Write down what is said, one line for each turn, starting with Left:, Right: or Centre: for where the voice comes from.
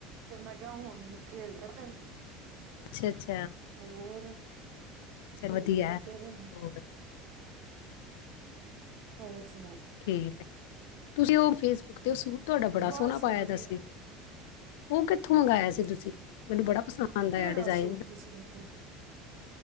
Right: ਤੇ ਮੈਂ ਕਿਹਾ ਹੁਣ ਖੇਲਦੇ ਪਏ ਨੇ।
Left: ਅੱਛਾ-ਅੱਛਾ।
Right: ਹੋਰ ਖੇਲਣ
Left: ਚਲ ਵਧੀਆ
Right: ਲੱਗੇ
Left: ਹੈ।
Right: ਦੇ ਨੇ।
Left: ਹੋਰ
Right: ਹੋਰ ਸੁ
Left: ਠੀਕ ਹੈ। ਤੁਸੀਂ ਉਹ ਫੇਸਬੁੱਕ ਤੇ ਉਹ ਸੂਟ ਤੁਹਾਡਾ ਬੜਾ
Right: ਬਸ
Left: ਸੋਹਣਾ
Right: ਵਧੀਆ
Left: ਪਾਇਆ ਦਾ ਸੀ। ਉਹ ਕਿੱਥੋਂ ਮੰਗਾਇਆ ਸੀ? ਸੀ ਤੁਸੀਂ, ਮੈਨੂੰ ਬੜਾ ਪਸੰਦ
Right: ਕਿਹੜਾ
Left: ਆਇਆ ਡਿਜ਼ਾਇਨ
Right: ਸੂਟ ਤੁਸੀਂ ਦੇਖਿਆ?